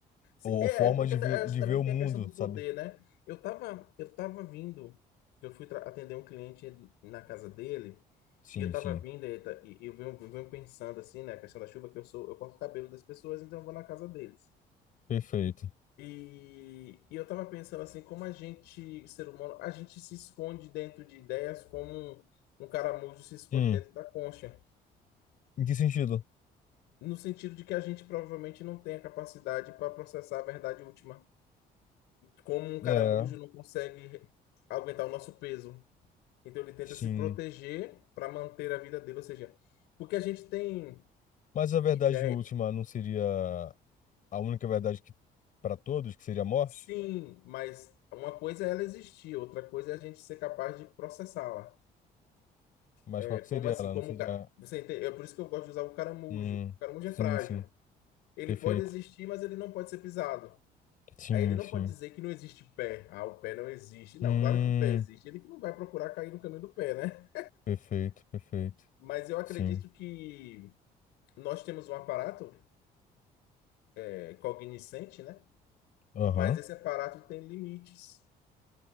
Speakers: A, on the left; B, on the left.
A: Se-
B: Ou, ou
A: É,
B: formas
A: é porque
B: de
A: eu
B: ver,
A: acho
B: de
A: também
B: ver o
A: que
B: mundo,
A: tem a questão do
B: sabe?
A: poder, né? Eu tava, eu tava vindo, eu fui tra- atender um cliente na casa dele,
B: Sim,
A: e eu tava
B: sim.
A: vindo, e, ta- e eu venho, eu venho pensando assim, né? A questão da chuva, que eu sou, eu corto o cabelo das pessoas, então eu vou na casa deles.
B: Perfeito.
A: E, e eu tava pensando assim, como a gente, ser humano, a gente se esconde dentro de ideias como um um caramujo se esconde
B: Hum,
A: dentro da concha,
B: em que sentido?
A: no sentido de que a gente provavelmente não tem a capacidade para processar a verdade última. Como um
B: É,
A: caramujo não consegue aguentar o nosso peso. Então ele tenta
B: sim.
A: se proteger para manter a vida dele, ou seja, porque a gente tem
B: Mas a verdade
A: ideia.
B: última não seria a única verdade que para todos, que seria a morte?
A: Sim, mas uma coisa é ela existir, outra coisa é a gente ser capaz de processá-la.
B: Mas
A: É
B: qual que
A: como
B: seria
A: assim,
B: ela?
A: como
B: Não seria
A: o ca- você entende? É por isso que eu gosto de usar o caramujo.
B: Hum,
A: O caramujo
B: sim,
A: é frágil.
B: sim.
A: Ele
B: Perfeito.
A: pode existir, mas ele não pode ser pisado.
B: Sim,
A: Aí ele não
B: sim.
A: pode dizer que não existe pé. Ah, o pé não existe.
B: Hum,
A: Não, claro que o pé existe. Ele que não vai procurar cair no caminho do pé, né?
B: perfeito, perfeito.
A: Mas eu acredito
B: Sim.
A: que Nós temos um aparato é, cognoscente, né?
B: Aham.
A: Mas esse aparato tem limites